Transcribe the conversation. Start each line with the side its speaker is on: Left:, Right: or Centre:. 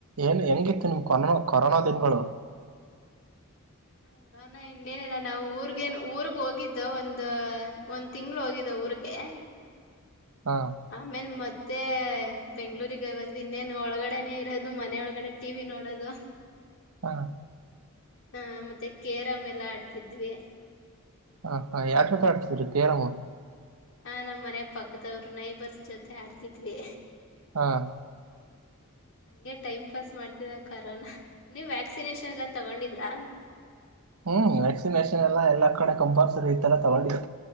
Right: ಏನ್ ಹೆಂಗಿತ್ತು ನಿಮ್ ಕೊರ್ನೋ ಕೊರೋನಾ ದನ್ಗಳು
Left: ಕಾರರೋನಾ ಇನ್ನೇನಿಲ್ಲ ನಾವು ಊರ್ಗೇನು ಊರ್ಗ್ ಹೋಗಿದ್ದೋ ಒಂದ ಒಂದ್ ತಿಂಗ್ಳ ಹೋಗಿದ್ದೋ ಊರ್ಗೆ
Right: ಹಾ
Left: ಆಮೇಲ್ ಮತ್ ಮತ್ತೆ ಬೆಂಗ್ಗಳೂರಿಗೆ ಒಂದ್ ಇನ್ನೇನು ಒಳಗಡೆನೆೇ ಇರೋದು ಮನೆ ಒಳಗಡೆ ಟಿವಿ ನೋಡದು
Right: ಹಾಂ
Left: ಹಾಂ ಮತ್ತೆ ಕೇರಮ್ ಎಲ್ಲ ಆಡ್ತಿದ್ವಿ
Right: ಹ ಹಾಂ ಯಾರ್ ಜೊತೆ ಆಡ್ತಿದ್ರಿ ಕೇರಂ
Left: ಹಾಂ ನಮ್ ಮನೆ ಪಕ್ದವ್ರು ನೈಬರ್ಸ್ ಜೊತೆ ಆಡ್ತಿದ್ವಿ.
Right: ಹಾಂ
Left: ಹೆ ಟೈಮ್ ಪಾಸ್ ಮಾಡ್ತಿದ್ದೊ ಕರೋನಾ ನೀವ್ ವ್ಯಾಕ್ಸಿನೇಶನ್ ಎಲ್ಲ ತಗೊಂಡಿದ್ರಾ?
Right: ಹ್ಮ್ ವ್ಯಾಕ್ಸಿನೇಷನ್ ಎಲ್ಲಾ ಎಲ್ಲಾ ಕಡೆ ಕಂಪಲ್ಸರಿ ಇತ್ತಲ್ಲ ತಗೊಂಡಿದೋ